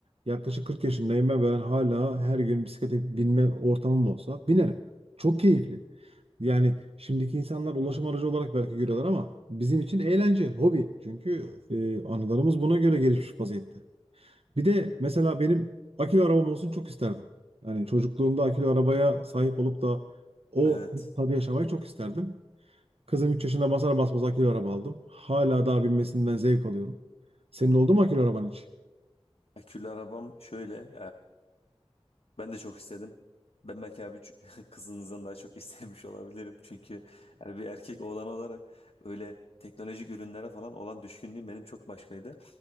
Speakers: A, on the right; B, on the left.
A: Yaklaşık 40 yaşındayım ben, ben hala her gün bisiklete binme ortamım olsa binerim. Çok keyifli. Yani şimdiki insanlar ulaşım aracı olarak belki görüyorlar ama bizim için eğlence, hobi. Çünkü e, anılarımız buna göre gelişmiş vaziyette. Bir de mesela benim akülü arabam olsun çok isterdim. Yani çocukluğumda akülü arabaya sahip olup da o
B: Evet.
A: tadı yaşamayı çok isterdim. Kızım 3 yaşına basar basmaz akülü araba aldım. Hala daha binmesinden zevk alıyorum. Senin oldu mu akülü araban hiç?
B: Akülü arabam şöyle. Ben de çok istedim. Ben belki abi ç- <laughs> kızınızdan daha çok <laughs> istemiş olabilirim. Çünkü yani bir erkek oğlan olarak öyle teknolojik ürünlere falan olan düşkünlüğüm benim çok başkaydı.